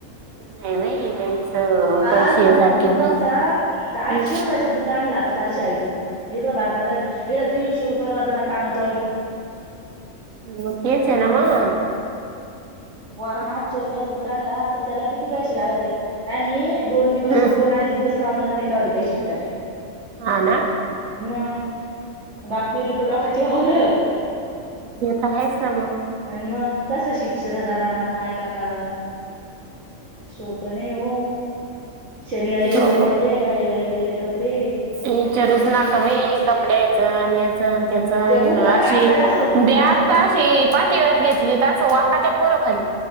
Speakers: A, on the right; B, on the right.
A: नाही बाई लईच अं,
B: कांल
A: पैसे
B: कोणतां
A: आहे सारखे
B: बूंट नव्हतां
A: पैसे
B: तरं आठशे
A: हम्म.
B: रुपयांचा बूंट आणंला आंता. कालश आं आहे. तूं इकं भारणांर इडं तीनशे रुपया रोजान तांणतो आम्हीं.
A: हम्मं तेचे ह्या नांव मंग
B: पोरां नां आठशे रुपयाचं बूंट आणंला आंता. त्यांला किती पैसे लागतं आहेत. आम्हीं दोन दिवसं
A: हम्म.
B: दोन अडीच दिवसं कामांला होते तेवा ते पैसे भेटत्या
A: हां नां
B: मं बांप पेर तो लोकांची वांवर
A: ते तर आहेच ना मग
B: आणि मंग कसं शिक्षणं करां कायं करां. सोपं नाहीं हो.. शनिवारी
A: हो,
B: वगळे कपडे रविवारी वगळे कपडे.
A: इचांरू चं नकां बाई कपड्यांचण याचंच त्याचंच
B: ते बुधवार
A: अशी,
B: आपल्याला असं होत
A: बॅग
B: असं होत
A: तशी पाठीवर घेतली तशी वाकाते पोरं खाली.